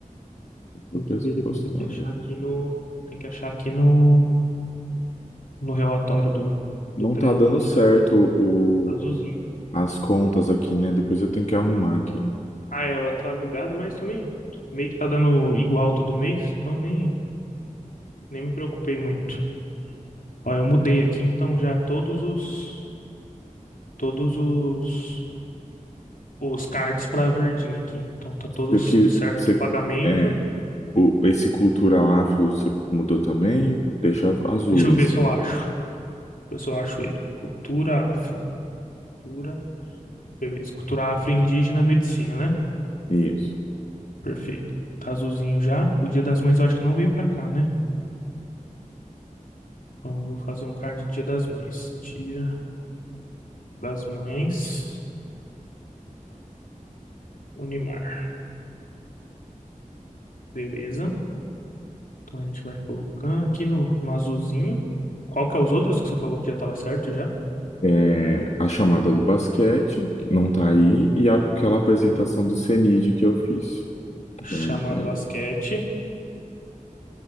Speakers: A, on the left; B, on the left.
A: foi
B: Tem
A: pos-
B: que ver depois
A: postado.
B: aqui, achar aqui no. Tem que achar aqui no, no relatório do,
A: Não
B: do Trello
A: tá dando
B: pra deixar
A: certo o,
B: azulzinho.
A: as contas aqui, né? Depois eu tenho que arrumar aqui.
B: Ah, ela tá bugada, mas também meio que tá dando igual todo mês, então nem, nem me preocupei muito. Ó, eu mudei aqui então já todos os todos os os cards pra verdinho aqui. Então tá todos
A: Isso aqui,
B: certo
A: você,
B: o pagamento.
A: é, O, esse cultural afro você mudou também, deixa azul
B: Deixa eu
A: esse,
B: ver se eu
A: né?
B: acho. Ver se eu acho ele. Cultura afro. Cultura Beleza. Cultura afro-indígena, medicina, né?
A: Isso.
B: Perfeito. Tá azulzinho já. O Dia das Mães eu acho que não veio pra cá, né? Então eu vou fazer um card do Dia das Mães. Dia das Mães, Unimar. Beleza. Então a gente vai colocando aqui no, no azulzinho. Qual que é os outros que você falou que já tava certo já?
A: É, a chamada do basquete, que não tá aí, e aquela apresentação
B: Beleza.
A: do CNID que eu fiz, que
B: Chamada
A: também não tá aí.
B: basquete.